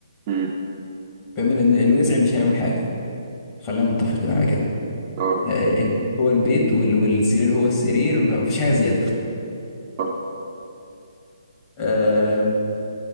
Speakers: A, on the right; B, on the left.
A: مم.
B: فاهمني لان الوسع مش هيعمل حاجه خلينا متفقين على كده
A: أه
B: آه، ال- البيت هو البيت وال والسرير هو السرير فمفيش حاجه زياده
A: صح
B: آه،